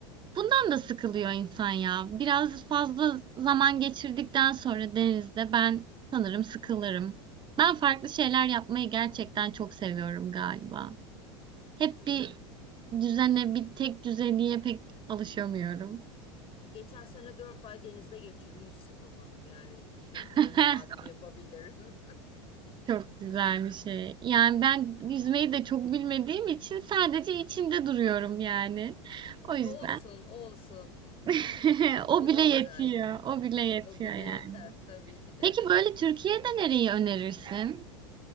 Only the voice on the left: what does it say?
Hmm.
Geçen sene 4 ay denizde geçirdim. Hiç sıkılmadım. Yani sürekli
deniz tatili yapabilirim.
<laughs> Olsun, olsun.
O
da güzel.
O bile
yeter tabii ki de.